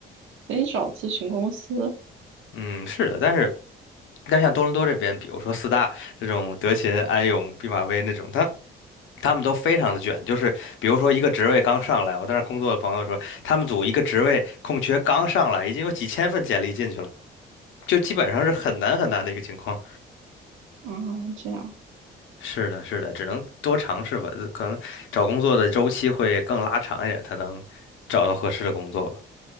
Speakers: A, on the right; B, on the left.
A: 可以找咨询公司
B: 嗯，是的，但是但像多伦多这边，比如说四大这种德勤、安永、毕马威那种，他他们都非常的卷。就是比如说一个职位刚上来，我在那儿工作的朋友说，他们组一个职位空缺刚上来，已经有几千份简历进去了，就基本上是很难很难的一个情况。
A: 啊，这样
B: 是的，是的，只能多尝试吧，可能找工作的周期会更拉长一点，才能找到合适的工作吧。